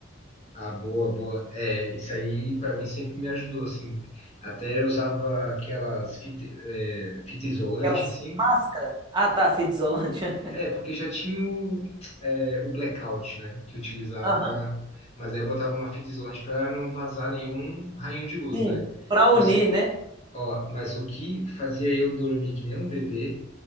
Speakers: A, on the left; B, on the right.
A: ah, boa, boa. É, isso aí para mim sempre me ajudou, assim. Até eu usava aquelas fita, é, fita isolante,
B: Aquelas
A: assim.
B: máscaras. Ah, tá, fita isolante.
A: É,
B: <laughs>
A: porque já tinha o, é, o blackout, né? Que utilizava
B: Aham.
A: para. Mas aí eu botava uma fita isolante para não vazar nenhum raio de luz,
B: Sim,
A: né?
B: para
A: Eu
B: unir,
A: sei,
B: né?
A: ó, mas o que fazia eu dormir que nem um bebê,